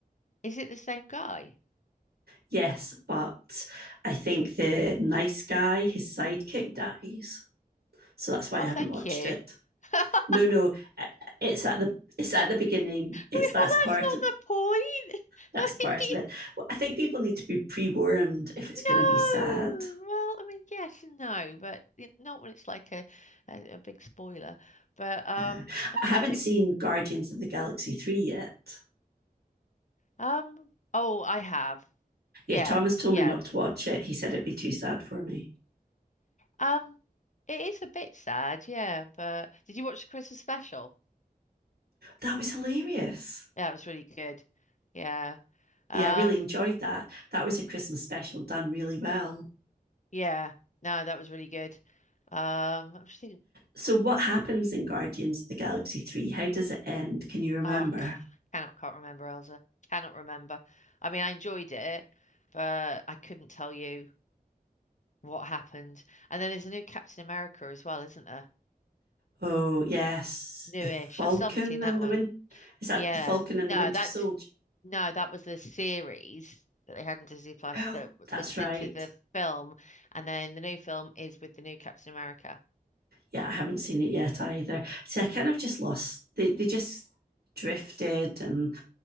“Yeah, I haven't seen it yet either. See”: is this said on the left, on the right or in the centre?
Right